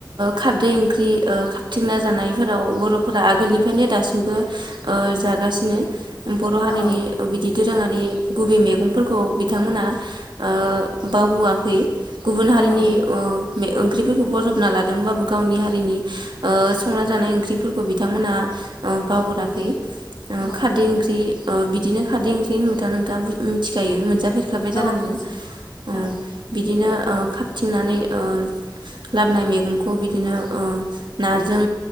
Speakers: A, on the right; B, on the left.
A: खारदै ओंख्रि ओ खाबथिंना जानायफोराव बर'फोरा आगोलनिफ्रायनो दासिमबो जागासिनो बर' हारिनि
B: औ
A: बिदि दोरोङारि गुबै मैगंफोरखौ बिथांमोनहा ओ बावआखै गुबुन हारिनि
B: औ
A: ओ बे ओंख्रिफोरखौ बजबना लाद होनबाबो गावनि हारिनि ओ संनाजानाय ओंख्रिफोरखौ बिथांमोनहा ओ बावगाराखै ओ
B: औ
A: खारदै ओंख्रि ओ बिदिनो खारदै ओंख्रि होनबाथ' नोंथांङा मिथिखायो मोनजा फेरबाय जानांगौ
B: औ मिथिगौ औ
A: ओ बिदिनो खाबथिंनानै ओ लाबोनाय मैगं खौ बिदिनो ओ नाजों